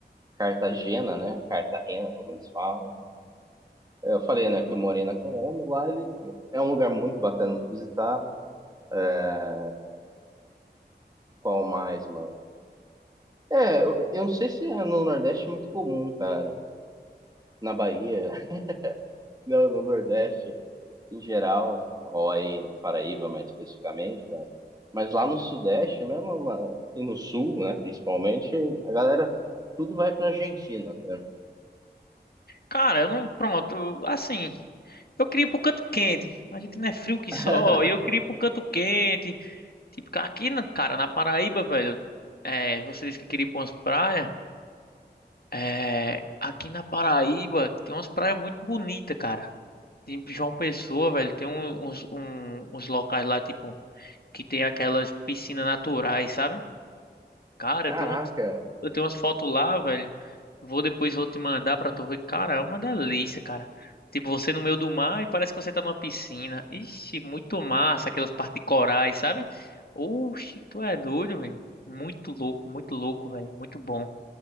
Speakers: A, on the right; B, on the left.
A: Cartagena, né? Cartagena, como eles falam. Eu falei, né, que eu morei na Colômbia, lá ele é um lugar muito bacana de visitar. É, qual mais, mano? É, eu, eu não sei se é no Nordeste é muito comum, cara. na Bahia, <laughs> no, no Nordeste em geral, ou aí na Paraíba mais especificamente, cara. Mas lá no Sudeste mesmo, lá- e no Sul, né, principalmente, a galera tudo vai pra Argentina, cara.
B: Cara, eu não, pronto, assim, eu queria ir pro canto quente. A gente não é frio que
A: <laughs>
B: só, e eu queria ir pro canto quente. Tipo, ca- aqui, na- cara, na Paraíba, velho, é, você disse que queria ir pra umas praias. É, aqui na Paraíba tem umas praias muito bonitas, cara. Tem João Pessoa, velho, tem um- uns, um- uns locais lá, tipo, que tem aquelas piscinas naturais, sabe? Cara,
A: Caraca,
B: eu tenho umas, eu tenho umas fotos lá, velho. Vou depois vou te mandar pra tu ver. Cara, é uma delícia, cara. Tipo, você no meio do mar e parece que você tá numa piscina. Ixi, muito massa, aquelas partes de corais, sabe? Oxi, tu é doido, velho. Muito louco, muito louco, velho. Muito bom.